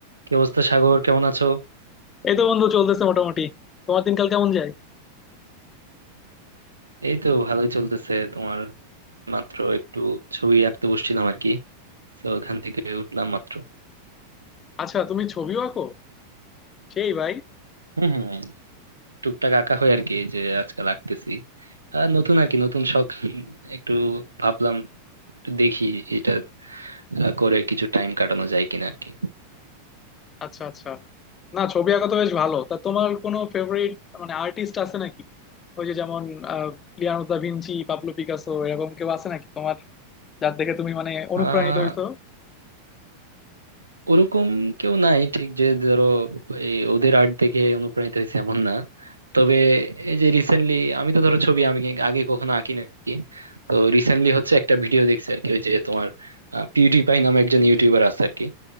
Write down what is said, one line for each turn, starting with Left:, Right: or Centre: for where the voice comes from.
Right: কি অবস্থা সাগর কেমন আছো
Left: এই তো বন্ধু চলতেছে মোটামুটি তোমার দিনকাল কেমন যায়
Right: এই তো ভালোই চলতেছে তোমার মাত্র একটু ছবি আঁকতে বসছিলাম আর কি তো ওখান থেকে উঠলাম মাত্র
Left: আচ্ছা তুমি ছবিও আঁকো সেই ভাই
Right: হম হম টুকটাক আঁকা হয় আর কি এই যে আজকাল আঁকতেছি আর নতুন আর কি নতুন শখ একটু ভাবলাম একটু দেখি এটা আহ, করে কিছু টাইম কাটানো যায় কিনা আর কি
Left: আচ্ছা আচ্ছা না ছবি আঁকা তো বেশ ভালো তা তোমার কোনো ফেভারিট মানে আর্টিস্ট আছে নাকি ওই যে যেমন আহ Leonardo da Vinci Pablo Picasso এরকম কেউ আছে নাকি তোমার যার দেখে তুমি মানে অনুপ্রাণিত
Right: আহ
Left: হইতো
Right: ওরকম কেউ নাই ঠিক যে ধরো এই ওদের আর্ট দেখে অনুপ্রাণিত হয়েছে এমন না তবে এই যে রিসেন্টলি আমি তো ধরো ছবি আমি আগে কখনো আঁকি না আরকি। তো রিসেন্টলি হচ্ছে একটা ভিডিও দেখছি আর কি ওই যে তোমার পিউডিপাই নামে একজন ইউটিউবার আছে আর কি